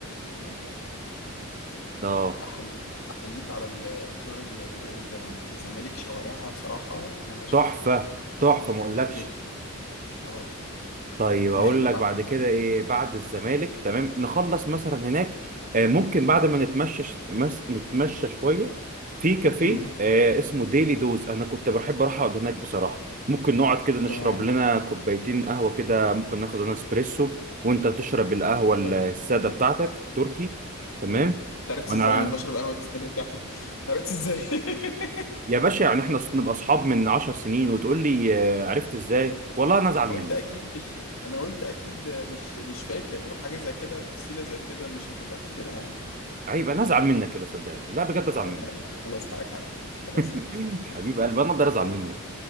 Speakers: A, on the left; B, on the right.
A: جدا
B: اه
A: أحل- احييك على الاختيار ال- ال- الزمالك الزمالك شوارعها بصراحة ملهاش
B: تحفه
A: حل
B: تحفه ما اقولكش
A: جدا اه
B: طيب
A: تمام
B: اقول
A: وبعد
B: لك بعد كده
A: كده-
B: ايه بعد الزمالك تمام نخلص مثلا هناك آه، ممكن
A: مم.
B: بعد ما نتمشى ش- مس- نتمشى شويه في كافيه
A: مم.
B: آه، اسمه ديلي دوز انا كنت بحب اروح اقعد هناك بصراحه ممكن نقعد كده نشرب
A: تمام
B: لنا كوبايتين قهوه كده ممكن ناخد لنا اسبريسو وانت تشرب القهوه ال-
A: حلو
B: الساده بتاعتك تركي
A: حلو
B: تمام
A: انت عرفت
B: وانا
A: ازاي إن انا بشرب قهوة السادة بتاعتي عرفت ازاي <laughs>
B: يا باشا يعني احنا نبقى اصحاب من عشر سنين وتقول لي آه، عرفت ازاي والله انا ازعل
A: انا قلت
B: منك
A: اكيد مش انا قلت اكيد مش مش فاكر وحاجة زي كده تفصيلة زي كده مش هتبقى فاكرها يعني
B: عيب انا ازعل منك كده صدقني لا بجد ازعل
A: ط-
B: منك
A: لا، خلاص حقك عليا خلاص يا
B: <laughs>
A: كبير حقك
B: حبيب
A: عليا
B: قلبي انا اقدر ازعل منك